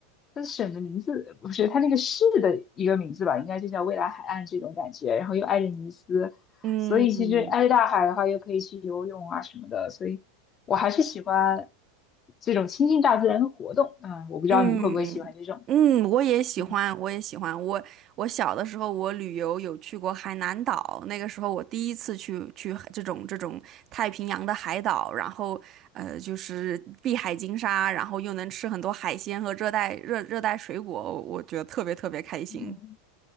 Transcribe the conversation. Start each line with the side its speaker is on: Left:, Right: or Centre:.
Left: 它的省的名字不是它那个市的一个名字吧，应该就叫未来海岸这种感觉，然后又挨着尼斯，
Right: 嗯。
Left: 所以其实挨着大海的话，又可以去游泳啊什么的，所以我还是喜欢这种亲近大自然的活动。嗯，我不知道你会不会喜欢这种。
Right: 嗯嗯，我也喜欢，
Left: 嗯
Right: 我也喜欢。我我小的时候，我旅游有去过海南岛，那个时候我第一次去去海这种这种太平洋的海岛，然后呃，就是碧海金沙，然后又能吃很多海鲜和热带热热带水果，我觉得特别特别开心。
Left: 嗯，